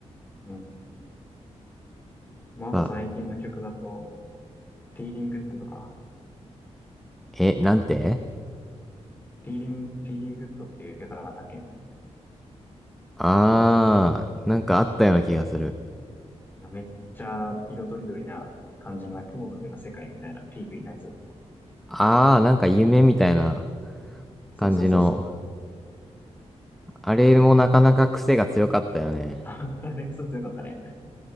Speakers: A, on the left; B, in the centre.
A: うん。まあ、
B: あ、
A: あと最近の曲だと、フィーリングッドとか、
B: え、なんて
A: フィーリング、フィーリングッドっていう曲なかったっけ
B: あー、なんかあったような気がする。
A: なんかめっちゃ色とりどりな感じの雲の上の世界みたいな PV のやつ。
B: あー、なんか夢みたいな
A: そうそうそうそう。
B: 感じの。あれもなかなか癖が強かったよね。
A: <laughs> あれクソ強かったね。